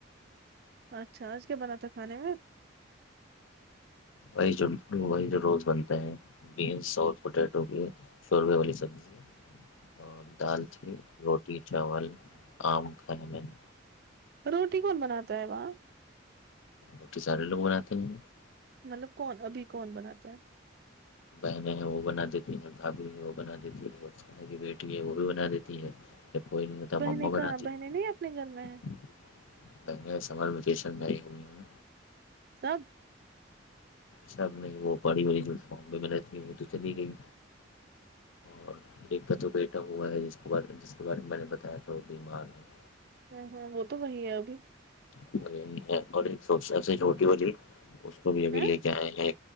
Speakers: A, on the right; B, on the left.
A: اچھا آج کیا بناتھا کھانے میں
B: وہی جو وہی جو روز بنتے ہیں بینس اور پوٹیٹو کے شوربے والی سبزی اور دال تھی روٹی چاول آم کھانے میں نے
A: روٹی کون بناتا ہے وہاں
B: توک سارے لوگ بناتے ہیں
A: مطلب کون ابھی کون بناتا ہے
B: بہنیں ہیں وہ بنا دیتی ہیں بھابھی ہیں وہ بنا دیتی ہے خالہ کی بیٹی ہے وہ بھی بنا دیتی ہے جب کوئی نہیں رہتا
A: بہنیں
B: مما
A: کہاں
B: بناتی
A: بہنیں
B: ہے
A: نہیں اپنے گھر میں
B: پہلے سمر ویکیشن پر ائی ہیں
A: سب
B: سب نہیں وہ بڑی والی جو <unintelligible> ہے وہ تو چلی گئی اور ایک بچوں بیٹا ہوا ہے جس کو بارے جس کے بارے میں میں نے بتایا تھا وہ بیمار ہے
A: ہمم ہمم وہ تو وہی ہے ابھی
B: ہے اور ایک سوچے سے روٹی والی اس کو بھی ابھی
A: ہے
B: لے کے آئے ہیں